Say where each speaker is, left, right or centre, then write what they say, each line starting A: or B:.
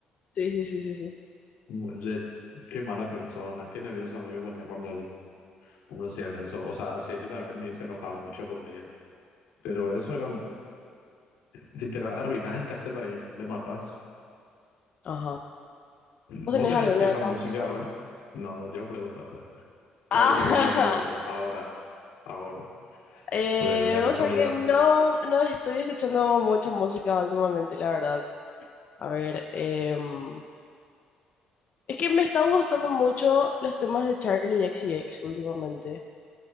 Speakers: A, on the left (about 55°); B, on the left (about 85°).
A: Sí, sí, sí, sí, sí.
B: Le- qué mala persona, qué nervioso me ponía cuando uno hacía eso. O sea, así yo también me se enojaba mucho conmigo. Pero eso era, literal, arruinás el cassette ahí, le matás.
A: Ajá. ¿Vos
B: ¿Vos
A: tenés
B: tenés
A: alguna
B: así una
A: canción?
B: música ahora? No, yo preguntaba, ¿cuál
A: Ajá.
B: es tu música favorita?
A: <laughs>
B: Ahora, ahora,
A: Eh,
B: o de, de la
A: vos
B: actualidad,
A: sabés que no, no estoy escuchando mucha música últimamente, la verdad. A ver, em, es que me están gustando mucho los temas de Charlie X C X últimamente.